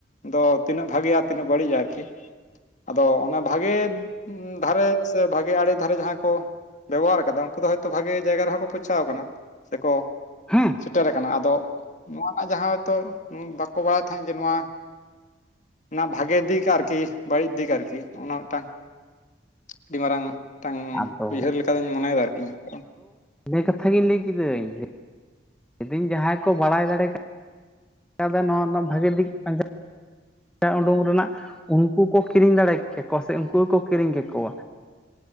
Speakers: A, on the left; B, in the centre.
A: ᱫᱚ ᱛᱤᱱᱟᱹᱜ ᱵᱷᱟᱜᱮᱭᱟ, ᱛᱤᱱᱟᱹᱜ ᱵᱟᱹᱲᱤᱡᱼᱟ ᱾ ᱟᱫᱚ ᱚᱱᱮ ᱵᱷᱟᱜᱮ ᱫᱷᱟᱨᱮ ᱥᱮ ᱵᱷᱟᱜᱮ ᱟᱲᱮ ᱫᱷᱟᱨᱮ ᱡᱟᱦᱟᱸ ᱠᱚ, ᱵᱮᱵᱚᱦᱟᱨ ᱟᱠᱟᱫᱟ ᱩᱱᱠᱩ ᱫᱚ ᱦᱚᱭᱛᱚ ᱵᱷᱟᱜᱮ ᱡᱟᱭᱜᱟ ᱨᱮᱦᱚᱸ ᱠᱚ ᱯᱳᱪᱷᱟᱣ ᱟᱠᱟᱱᱟ, ᱥᱮᱠᱚ
B: <inaudible>
A: ᱥᱮᱴᱮᱨ ᱟᱠᱟᱱᱟ, ᱟᱫᱚ ᱱᱚᱣᱟ ᱨᱮᱱᱟᱜ ᱡᱟᱦᱟᱸ ᱦᱚᱭᱛᱚ ᱵᱟᱠᱚ ᱵᱟᱲᱟᱭ ᱛᱟᱦᱮᱸᱫ ᱡᱮ ᱱᱚᱣᱟ ᱚᱱᱟ ᱵᱷᱟᱜᱮ ᱫᱤᱠ ᱟᱨᱠᱤ ᱵᱟᱹᱲᱤᱡ ᱫᱤᱠ ᱟᱨᱠᱤ ᱚᱱᱟ ᱢᱤᱫᱴᱟᱝ ᱟᱹᱰᱤ ᱢᱟᱨᱟᱝ ᱢᱤᱫᱴᱟᱝ
B: ᱟᱫᱚ
A: ᱩᱭᱦᱟᱹᱨ ᱞᱮᱠᱟ ᱫᱚᱧ ᱢᱚᱱᱮ ᱮᱫᱟ ᱤᱧᱟᱹᱜ ᱠᱟᱨᱚᱱ᱾
B: ᱤᱠᱟᱹ ᱠᱟᱛᱷᱟ ᱜᱮ ᱞᱟᱹᱭ ᱠᱤᱫᱟᱹᱧ ᱡᱩᱫᱤ ᱤᱧ ᱡᱟᱦᱟᱸᱭ ᱠᱚ ᱵᱟᱲᱟᱭ ᱫᱟᱲᱮ ᱠᱟ ᱠᱟᱫᱟ ᱱᱚᱣᱟ ᱨᱮᱱᱟᱜ ᱵᱷᱟᱜᱤ ᱫᱤᱠ ᱯᱟᱸ ᱡᱟ ᱚᱸᱰᱩᱠ ᱨᱮᱱᱟᱜ ᱩᱱᱠᱩ ᱠᱚ ᱠᱤᱨᱤᱧ ᱫᱟᱲᱮ ᱠᱮ ᱠᱚᱣᱟ ᱥᱮ ᱩᱱᱠᱩ ᱜᱮᱠᱚ ᱠᱤᱨᱤᱧ ᱠᱮ ᱠᱚᱣᱟ